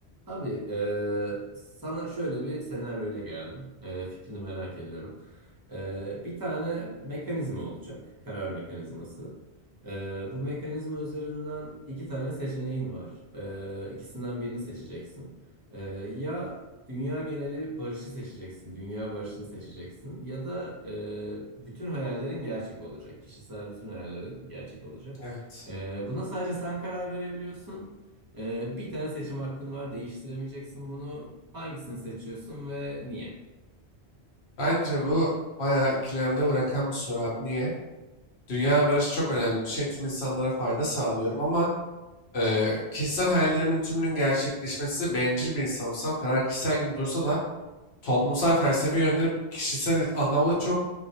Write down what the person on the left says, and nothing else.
Evet.
Bence bu bayağı ikilemde bırakan bir soru abi. Niye? Dünya barışı çok önemli bir şey. Tüm insanlara fayda sağlıyorum ama e, kişisel hayallerimin tümünün gerçekleşmesi bencil bir insansam karar kişisel gibi dursa da toplumsal felsefi yönleri kişisel anlamda çok